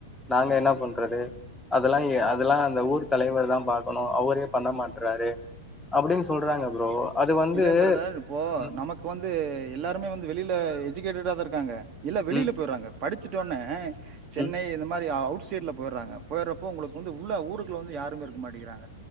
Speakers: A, in the centre; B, on the right.
A: நாங்க
B: அதா
A: என்னனா பண்றது அதல்லா ஏ அதல்லா அந்த ஊர் தலைவர் தா பாக்கணு அவரே பண்ண மாட் ட்ரரு அப்புடின் சொல்றாங்க ப்ரோ அது வந்து
B: இல்லே ப்ரதர் இப்போ
A: ம்
B: நமக்கு வந்து எல்லாருமே வந் வெளில எஜிகேட்டடா இந்துருக்காங்க இல்ல வெளில
A: ம்
B: பொய்றாங்க படித் சுட்டோனே சென்னை
A: ம்
B: இந்த மாரி அவுட் ஸ்டேட்ல போயுறாங்க போயுறப்போ உங்களுக்கு வந்து உள்ள ஊருக்குள்ள வந்து யாருமே இருக்க மாட்டிங்கிறாங்க